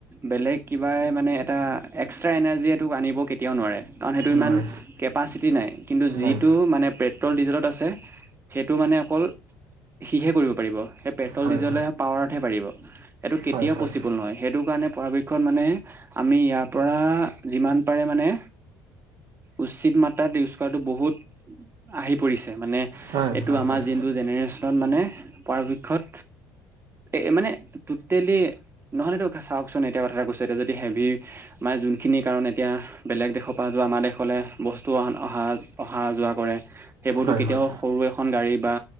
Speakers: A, on the right (about 25°); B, on the right (about 55°).
A: বেলেগ কিবাই মানে এটা এক্সট্ৰা এনাৰ্জি এইটোক আনিব কেতিয়াও নোৱাৰে কাৰণ সেইটো ইমান
B: নাই
A: কেপাচিটি নাই কিন্তু যিটো
B: নাই
A: মানে পেট্ৰল ডিজেলত আছে সেইটো মানে অকল সিহে কৰিব পাৰিব সেই পেট্ৰল
B: হয়
A: ডিজলে
B: হয়
A: পাৱাৰতহে পাৰিব এইটো কেতিয়াও
B: হয় হয়
A: পচিবল নহয় সেইটো কাৰণে পৰাপক্ষত মানে আমি ইয়াৰ পৰা যিমান পাৰে মানে উচিত মাত্ৰাত ইউজ কৰাটো বহুত আহি পৰিছে মানে
B: হয়
A: এইটো
B: হয়
A: আমাৰ
B: হয়
A: যোনটো জেনেৰেশ্যনত মানে পৰাপক্ষত এ মানে টেলি নহলেতো চাওকচোন এতিয়া কথাটা কৈছো এতিয়া যদি হেভি মানে যোনখিনি কাৰণ এতিয়া বেলেগ দেশৰ পৰা যোৱা আমাৰ দেশলে বস্তু অ অহা অহা যোৱা কৰে সেইবোৰতো
B: হয়
A: কেতিয়াও
B: হয়
A: সৰু এখন গাড়ী বা